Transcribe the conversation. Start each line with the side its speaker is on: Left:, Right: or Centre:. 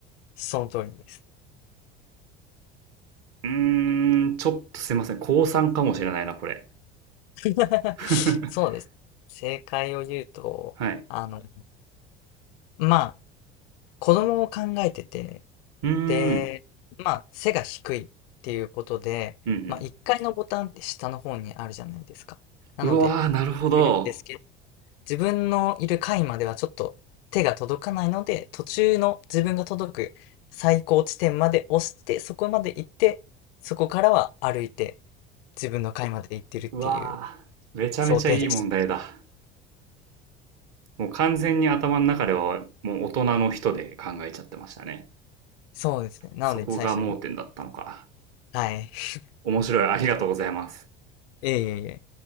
Left: その通りです。
Right: うーん、ちょっとすいません。高3かもしれないな、これ。
Left: <laughs>
Right: <laughs>
Left: そうです。正解を言うと、
Right: はい。
Left: あの、まあ、子供を考えてて
Right: うーん、
Left: で、まあ、背が低いっていうことで、
Right: うん
Left: まあ、1階のボタンって下の方にあるじゃないですか。なので、
Right: うん。うわー、なるほど。
Left: いるんですけど、自分のいる階まではちょっと手が届かないので、途中の自分が届く最高地点まで押して、そこまで行って、そこからは歩いて自分の階まで行ってるっていう
Right: うわー、めちゃめちゃいい問題だ。
Left: 想定です。
Right: もう完全に頭の中ではもう大人の人で考えちゃってましたね。
Left: そうですね。なので、
Right: そこが盲点だったのか。
Left: 最初に。はい。<laughs>
Right: 面白い。ありがとうございます。
Left: いえいえいえ。